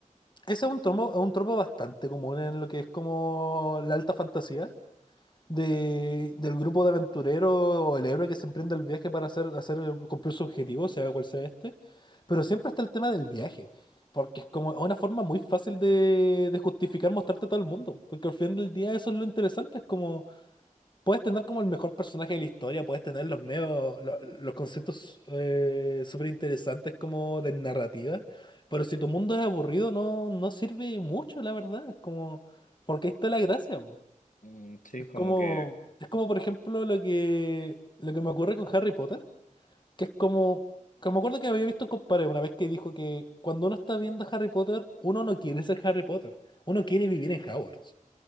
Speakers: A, on the left; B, on the left.
A: ese es un tropo, es un tropo bastante común en lo que es como la alta fantasía de, del grupo de aventureros o el héroe que se emprende el viaje para hacer, hacer cumplir su objetivo, sea cual sea este. Pero siempre está el tema del viaje, porque es como una forma muy fácil de, de justificar mostrarte a todo el mundo, porque al final del día eso es lo interesante, es como puedes tener como el mejor personaje de la historia, puedes tener los medios, lo- los, conceptos eh, súper interesantes como de narrativa, pero si tu mundo es aburrido no, no sirve mucho, la verdad, es como, porque ahí está la gracia.
B: Mm, sí, como
A: Como,
B: que,
A: es como, por ejemplo, lo que, lo que me ocurre con Harry Potter, que es como, que me acuerdo que había visto un compadre una vez que dijo que cuando uno está viendo Harry Potter, uno no quiere ser Harry Potter, uno quiere vivir en Hogwarts.